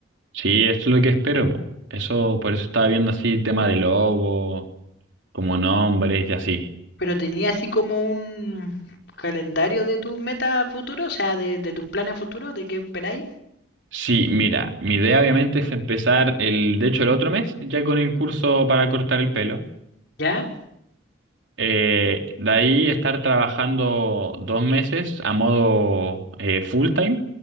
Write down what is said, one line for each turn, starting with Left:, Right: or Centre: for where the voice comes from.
Right: Sí, eso es lo que espero, po. Eso, por eso estaba viendo así tema de logo como nombres y así.
Left: Pero tenía así como un calendario de tus metas futuros, o sea, de, de tus planes futuros, de qué esperáis.
Right: Sí, mira, mi idea obviamente es empezar el, de hecho el otro mes, ya con el curso para cortar el pelo.
Left: ¿Ya?
Right: Eh, de ahí estar trabajando dos meses a modo eh, full time,